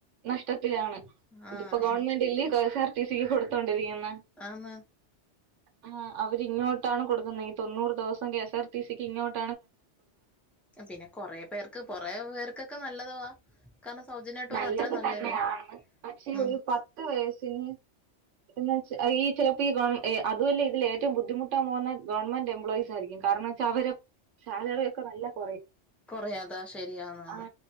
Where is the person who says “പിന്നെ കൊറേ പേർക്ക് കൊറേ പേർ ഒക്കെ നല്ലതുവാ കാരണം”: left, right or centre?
Centre